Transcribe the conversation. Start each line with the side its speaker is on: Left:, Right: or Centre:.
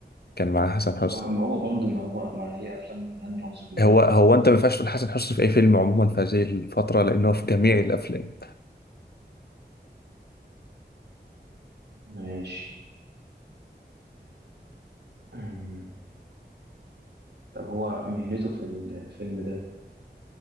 Left: كان معاه حسن حسني
Right: ما ما هو برضه ما هو ما هي أفلام هاني رمزي كلها
Left: هو
Right: كده
Left: هو انت ما ينفعش تقول حسن حسني في اي فيلم عموما في هذه الفترة لانه في
Right: مم.
Left: جميع الافلام
Right: ماشي مم. طب هو مهنته في الفيلم ده